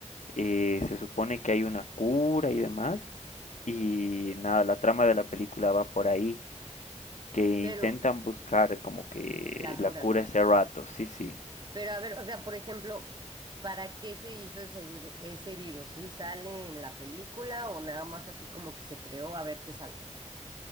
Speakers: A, on the left (about 75°); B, on the right (about 35°).
A: eh, se supone que hay una cura y demás. Y nada, la trama de la película va por ahí, que
B: Pero
A: intentan buscar como que
B: la
A: la
B: cura,
A: cura
B: ¿no?
A: ese rato, sí, sí.
B: Pero a ver, o sea, por ejemplo, ¿para qué se hizo ese, vir- ese virus? ¿Sí sale en la película o nada más así como que se creó a ver qué sale?